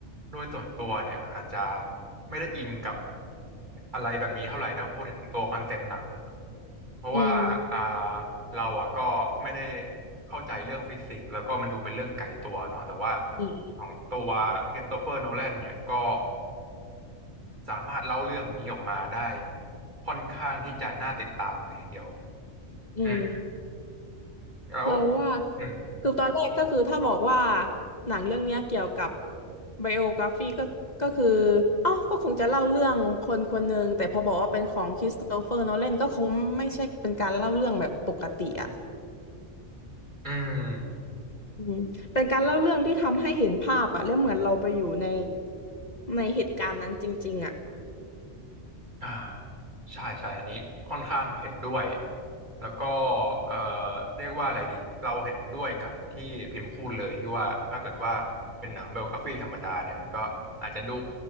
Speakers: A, on the right; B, on the left.
A: โดยส่วนตัวเนี่ยอาจจะไม่ได้อินกับอะไรแบบนี้เท่าไหร่ถ้าพูดถึงตัวคอนเซ็ปต์หนังเพราะว่าอ่า
B: อืม
A: เราอ่ะก็ไม่ได้เข้าใจเรื่องฟิสิกส์แล้วก็มันดูเป็นเรื่องไกลตัวเนาะแต่ว่า
B: อืม
A: ของตัวคริสโตเฟอร์โนแลนเนี่ยก็ สามารถเล่าเรื่องนี้ออกมาได้ค่อนข้างที่จะน่าติดตามเลยทีเดียว
B: อืม
A: อืมแล้ว
B: เราว่า
A: อืม
B: คือตอนแรกก็คือถ้าบอกว่าหนังเรื่องเนี้ยเกี่ยวกับไบโอกราฟีก็ก็คืออ๋อก็คงจะเล่าเรื่องคนคนหนึ่งแต่พอบอกว่าเป็นของคริสโตเฟอร์โนแลนก็คงไม่ใช่เป็นการเล่าเรื่องแบบปกติอ่ะ
A: อืม
B: อืมเป็นการเล่าเรื่องที่ทำให้เห็นภาพอ่ะและเหมือนเราไปอยู่ในในเหตุการณ์นั้นจริงๆอ่ะ
A: อ่าใช่ใช่อันนี้ค่อนข้างเห็นด้วยแล้วก็เอ่อเรียกว่าอะไรดีเราเห็นด้วยกับที่พิมพ์พูดเลยที่ว่าถ้าเกิดว่าเป็นหนังไบโอกราฟีธรรมดาเนี่ยมันก็อาจจะดู